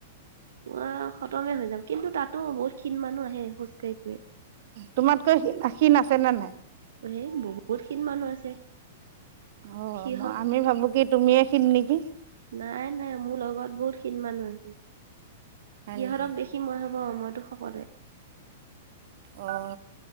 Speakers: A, on the right (about 75°); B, on the right (about 60°).
A: অ' খতমে হৈ যাম, কিন্তু তাতো বহুত ক্ষীণ মানুহ আহে খোজ কাঢ়ি ফুৰে।
B: তোমাতকৈ ক্ষী-ক্ষীণ আছে নে নাই?
A: এ বহুত খিনি মানুহ আছে।
B: অ',
A: সিহঁত
B: ম আমি ভাবো কি তুমি এ ক্ষীণ নেকি
A: নাই নাই মোৰ লগত বহুতখিনি মানুহ আছে।
B: হয়
A: সিহঁতক
B: নেকি
A: দেখি মই ভাবো মইটো শকতে।
B: অ',